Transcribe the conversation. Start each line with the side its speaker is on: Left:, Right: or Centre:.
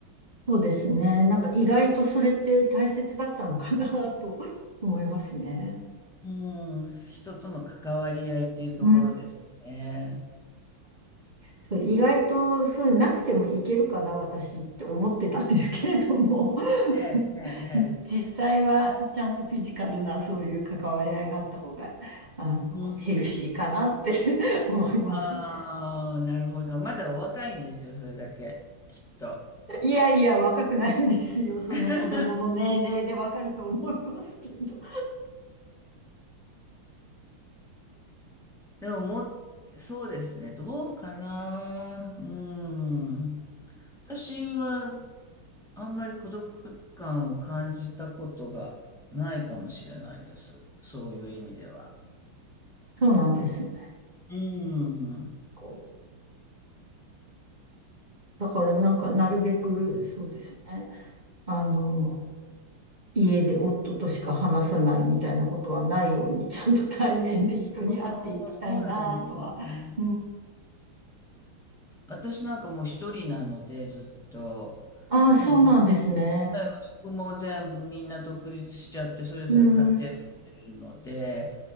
Right: そうですね。なんか意外とそれって大切だったのかな <laughs> と思いますね。
Centre: うん、人との関わり合いっていうところですね。
Right: うん。はいそう、意外とそういうなくてもいけるかな、私って思ってたんですけれども
Centre: ええ、ええ、
Right: <laughs>
Centre: ええ。
Right: 実際はちゃんとフィジカルなそういう関わり合いがあった方が、あの、
Centre: うん。
Right: ヘルシーかなって <laughs> 思いますね。
Centre: ああ、なるほど。まだお若いんですよ、それだけ。きっと。
Right: いやいや、若くないんですよ。その子供の年齢でわかると思いますけど。
Centre: <laughs> でももう、そうですね。どうかな。うん。私は、あんまり孤独感を感じたことがないかもしれないです。そういう意味では。
Right: そうなんですね。
Centre: うん。
Right: こうだからなんか、なるべく、そうですね。あの、家で夫としか話さないみたいなことはないように、ちゃんと対面で人に会っていきたいなとは。
Centre: あーそうなんですね。
Right: うん、
Centre: 私なんかもう一人なので、ずっと、
Right: ああ、
Centre: もう息
Right: そうなんですね。
Centre: 子や息子も全部みんな独立しちゃって、それぞれ家庭持ってるので、
Right: うん、うん